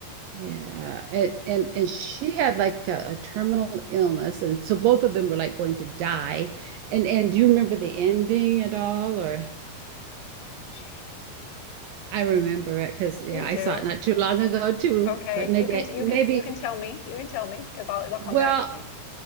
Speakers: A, on the right (about 80°); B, on the left (about 80°).
A: Yeah, and and and she had like a, a terminal illness, and so both of them were like going to die. And and do you remember the ending at all, or?
B: Oh, jeez.
A: I remember it because
B: You
A: yeah, I
B: do?
A: saw it not too long ago too.
B: Okay.
A: But maybe
B: You can you
A: maybe
B: can you can tell me. You can tell me because I'll it'll
A: well,
B: come back to me.